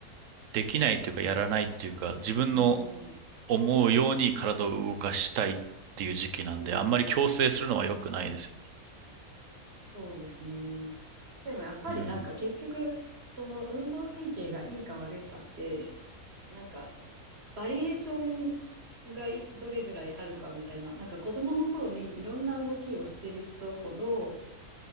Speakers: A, on the right; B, on the right.
A: できないっていうかやらないっていうか、自分の
B: うんうん、
A: 思うように体を動かしたいっていう時期なんで、
B: うん、
A: あんまり強制するのは良くないですよね。
B: そうですね。でもやっぱりなんか結局、
A: うん。
B: その運動神経がいいか悪いかって、なんかバリエーションがいどれぐらいあるかみたいな、なんか子供の頃にいろんな動きをしてる人ほど、